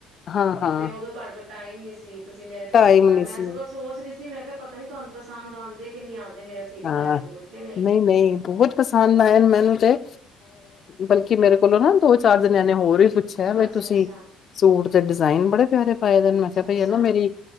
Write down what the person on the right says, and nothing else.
ਤੇ ਉਦੋਂ ਤੁਹਾਡੇ ਕੋਲ ਟਾਈਮ ਨੀ ਸੀਤ ਤੁਸੀਂ ਮੇਰੇ ਕੋਲ
ਸਿਲਵਾਇਆ
ਮੈਂ
ਸਲ ਸੋਚ ਰਹੀ ਮੈਂ ਕਿਹਾ ਪਤਾ ਨੀ ਤੁਹਾਨੂੰ ਪਸਦ ਆਉਂਦੇ ਕਿ ਨ ਨਹੀਂ ਆਉਂਦੇ ਮੇਰਾ ਸੀਤਾ
ਹੋਇਆ ਸੂਟ ਕਿ
ਅੱਛਾ
ਅੱਛਾ
ਅੱਛਾ
ਅੱਛਾ